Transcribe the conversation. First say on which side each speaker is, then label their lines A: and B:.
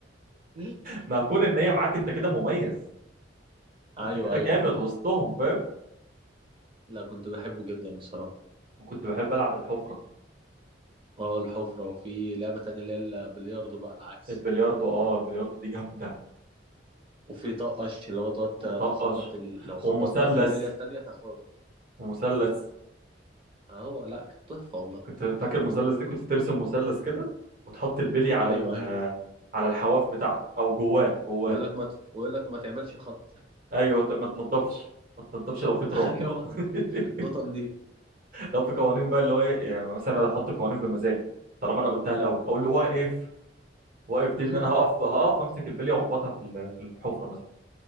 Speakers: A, on the right (about 30°); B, on the right (about 50°).
A: <laughs>
B: ما كون ان هي معاك انت كده مميز
A: ايوه
B: انت كده
A: ايوه
B: جامد
A: فاهم
B: وسطهم فاهم
A: لا كنت بحبه جدا بصراحه
B: وكنت بحب العب الحفره
A: اه الحفره وفي لعبه تانية اللي هي البلياردو بقى العكس
B: البلياردو اه البلياردو دي جامده
A: وفي طقش اللي هو تقعد
B: وطقش
A: تخبط ال... لو خبطتها
B: ومثلث
A: في البليه التانية تاخدها
B: ومثلث
A: اهو لا كانت تحفه والله
B: كنت فاكر المثلث دي كنت ترسم مثلث كده وتحط البلي على
A: ايوه
B: ال
A: ايوه
B: آه، على الحواف بتاعته او جواه جواه
A: ويقول لك ما ت... ويقول لك ما تعملش خط
B: ايوه ت- ما تنضفش ما تنضفش لو في تراب
A: <laughs> ايوه
B: <laughs>
A: نوتن دي
B: لو في قوانين بقى اللي هو ايه يعني مثلا انا احط قوانين بمزاجي طالما انا قلتها الاول اقول له واقف واقف دي
A: <laughs>
B: ان انا هقف هقف امسك البليه واخبطها في ال- في الحفره مثلا